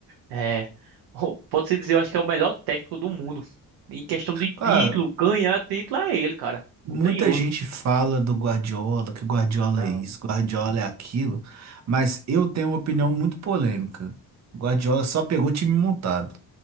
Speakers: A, on the right (about 75°); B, on the right (about 45°).
A: É. <laughs> o- Pode-se dizer, eu acho que é o melhor técnico do mundo. Em questão de
B: Cara,
A: título, ganhar título é ele, cara. Não
B: muita
A: tem outro.
B: gente fala do Guardiola, que Guardiola
A: Não.
B: é isso, Guardiola é aquilo, mas eu tenho uma opinião muito polêmica. Guardiola só pegou time montado